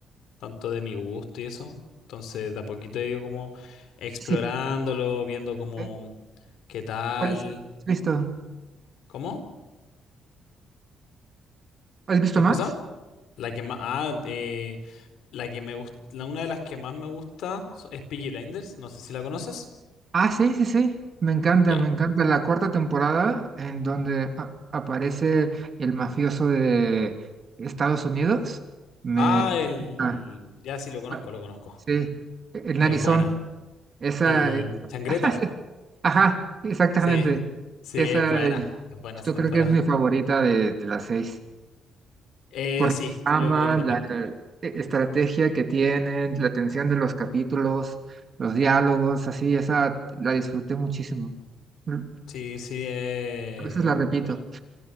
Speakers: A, on the left; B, on the right.
A: tanto de mi gusto y eso. Entonces, de a poquito he ido como explorándolo,
B: sí.
A: viendo como
B: ¿eh?
A: qué tal,
B: ¿Cuál es? el- ¿Has visto?
A: ¿cómo?
B: ¿Has visto
A: ¿Qué
B: más?
A: cosa? La que más, ah, eh, la que me gusta, una de las que más me gusta so- es Peaky Blinders, no sé si la conoces.
B: Ah, sí, sí, sí. Me encanta,
A: Ya.
B: me encanta. La cuarta temporada en donde a- aparece el mafioso de Estados Unidos. Me
A: Ah, el,
B: encanta.
A: ya sí lo conozco,
B: Ah,
A: lo conozco.
B: Sí, el Arizona.
A: Es buena.
B: Esa.
A: El Changreta.
B: <laughs> Ajá, exactamente.
A: Sí, sí,
B: Esa,
A: es buena,
B: es-
A: es buena esa
B: yo
A: temporada.
B: creo que es mi favorita de, de las seis.
A: Eh,
B: Por la
A: sí,
B: Mm, trama,
A: yo creo que también.
B: la eh, estrategia que tienen, la tensión de los capítulos, los diálogos, así, esa la disfruté muchísimo. Mm,
A: Sí, sí, eh,
B: A veces la repito.
A: bueno,